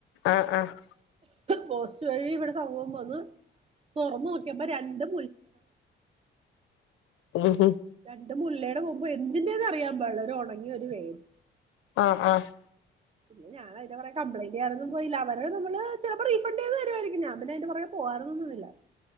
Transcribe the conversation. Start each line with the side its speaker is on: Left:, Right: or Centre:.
Left: ആഹ് ആഹ്
Right: പോസ്റ്റ് വഴി ഇവിടെ സംഭവം വന്ന് തുറന്ന് നോക്കിയപ്പോ രണ്ടും
Left: ആഹ് ആഹ്
Right: രണ്ട് മുല്ലയുടെ കൊമ്പ് എന്തിന്റെയെന്ന് അറിയാൻ പാടില്ല ഒരു ഉണങ്ങിയ ഒരു വേര്-
Left: ആഹ് ആഹ്
Right: പിന്നെ ഞാൻ- അതിന്റെറ കംപ്ലയിന്റെന്നും പോയില്ല അവരെ നമ്മൾ ചിലപ്പോ റീഫണ്ട് ചെയ്തു തരുമായിരിക്ക ഞാൻ പിന്നെതിന്റഞ്ഞ പോകറൊന്നുമില്ല-